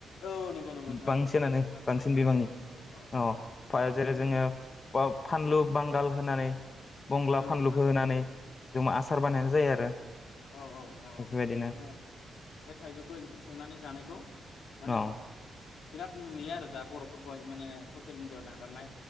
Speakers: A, on the left; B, on the left.
A: औ नंगौ नंगौ नोंथां
B: बांसिनानो
A: औ थाइजौखौ आसारबो
B: बांसिन
A: खालामो
B: बिबांनि
A: औ औ औ ओंखायनो
B: अ जेरै जोङो
A: बे
B: ओ फानलु बांगाल होनानै बंग्ला
A: नंगौ
B: फानलुखौ
A: नोंथां
B: होनानै जों आसार बानायनाय जायो आरो
A: औ औ नोंथां
B: बेफोरबायदिनो
A: औ माने बे थाइजौखौ इंख्रि संनानै जानायखौ माने
B: औ
A: बिराद नुयो आरो दा बर'फोरखौहाय माने ससियेल मिडियाआव नागारनाय